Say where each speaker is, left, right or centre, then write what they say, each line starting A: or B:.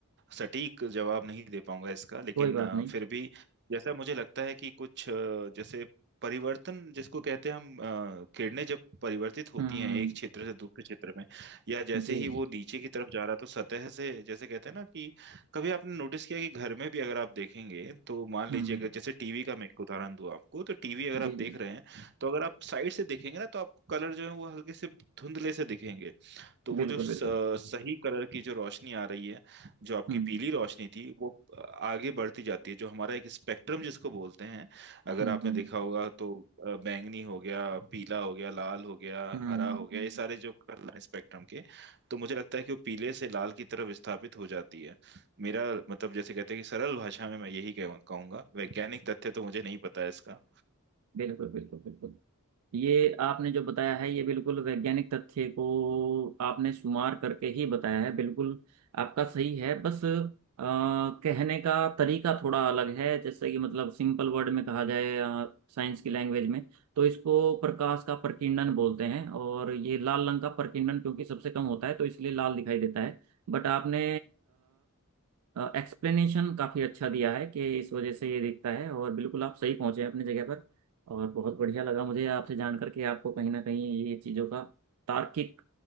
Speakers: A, on the right; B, on the right.
A: सटीक जवाब नहीं दे पाऊंगा इसका लेकिन
B: कोई बात
A: अ,
B: नहीं
A: फिर भी जैसा मुझे लगता है कि कुछ अ, जैसे परिवर्तन जिसको कहते हैं हम अ, किरणें जब परिवर्तित होती
B: हम्म
A: हैं एक क्षेत्र से दूसरे क्षेत्र में या जैसे
B: जी
A: ही वो
B: जी
A: नीचे की तरफ जा रहा तो सतह से जैसे कहते हैं ना कि कभी आपने नोटिस किया कि घर में भी अगर आप देखेंगे तो मान
B: हम्म
A: लीजिए अगर जैसे टीवी का मैं एक उदाहरण दूं आपको तो टीवी अगर
B: जी
A: आप देख
B: जी
A: रहे हैं तो अगर आप साइड से देखेंगे ना तो आपको कलर जो है वो हल्के से धुंधले से दिखेंगे तो वो
B: बिल्कुल
A: जो स-
B: बिल्कुल
A: सही कलर की जो रोशनी आ रही है जो आपकी
B: हम्म
A: पीली रोशनी थी वो आगे बढ़ती जाती है जो हमारा एक स्पेक्ट्रम जिसको बोलते हैं अगर
B: हम्म
A: आपने
B: हम्म।
A: देखा होगा तो अ, बैंगनी हो गया पीला हो गया लाल हो गया
B: हम्म
A: हरा हो गया ये सारे जो कलर हैं स्पेक्ट्रम के तो मुझे लगता है कि वो पीले से लाल की तरफ विस्थापित हो जाती है मेरा मतलब जैसे कहते हैं कि सरल भाषा में मैं यही कह- कहूंगा वैज्ञानिक तथ्य तो मुझे नहीं पता है इसका
B: बिल्कुल बिल्कुल बिल्कुल ये आपने जो बताया है ये बिल्कुल वैज्ञानिक तथ्य को आपने शुमार करके ही बताया है बिल्कुल आपका सही है बस अ, कहने का तरीका थोड़ा अलग है जैसे कि मतलब सिंपल वर्ड में कहा जाए साइंस की लैंग्वेज में तो इसको प्रकाश का प्रकीर्णन बोलते हैं और ये लाल रंग का प्रकीर्णन क्योंकि सबसे कम होता है तो इसलिए लाल दिखाई देता है बट आपने एक्सप्लेनेशन काफ़ी अच्छा दिया है कि इस वजह से ये दिखता है और बिल्कुल आप सही पहुंचे हैं अपनी जगह पर और बहुत बढ़िया लगा मुझे आपसे जान करके आपको कहीं ना कहीं ये चीज़ों का तार्किक